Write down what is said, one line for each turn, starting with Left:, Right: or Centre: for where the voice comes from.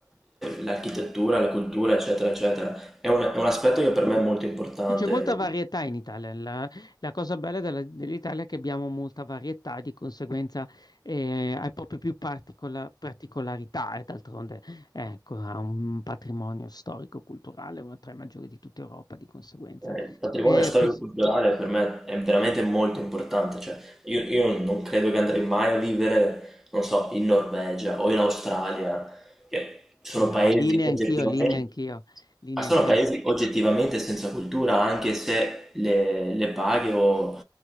Centre: l'architettura, la cultura, eccetera, eccetera. È un, è un aspetto che per me è molto importante.
Left: Sì, c'è molta varietà in Italia. La, la cosa bella della- dell'Italia è che abbiamo molta varietà, di conseguenza eh, hai proprio più particola- particolarità e d'altronde eh, ecco, ha un patrimonio storico-culturale, una tra i maggiori di tutta Europa, di conseguenza.
Centre: Eh, Il patrimonio
Left: Eh,
Centre: storico-culturale
Left: pos-
Centre: per me è veramente molto importante, cioè io, io non credo che andrei mai a vivere, non so, in Norvegia o in Australia, che sono
Left: sì, no,
Centre: paesi
Left: lì neanch'io,
Centre: oggettivamente,
Left: lì neanch'io, lì
Centre: ma
Left: neanch'io.
Centre: sono paesi oggettivamente senza cultura, anche se le, le paghe o